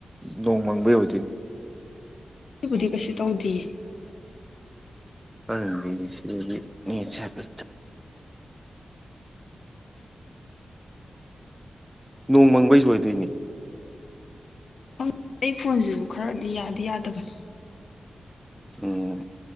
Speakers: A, in the centre; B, on the left.
A: ꯅꯣꯡꯃꯪꯕꯩ ꯑꯣꯏꯗꯣꯏꯅꯤ
B: ꯑꯗꯨꯕꯨꯗꯤ ꯀꯩꯁꯨ ꯇꯧꯗꯦ
A: ꯆꯦ ꯆꯥꯛꯦ ꯅꯣꯡ ꯃꯪꯕꯩ ꯁꯣꯏꯗꯣꯏꯅꯤ
B: ꯈꯪꯗꯦ ꯑꯩ ꯐꯣꯟꯁꯤꯁꯨ ꯈꯔꯗꯤ ꯌꯥꯗꯤ ꯌꯥꯗꯕꯅꯤ
A: ꯑꯣꯝ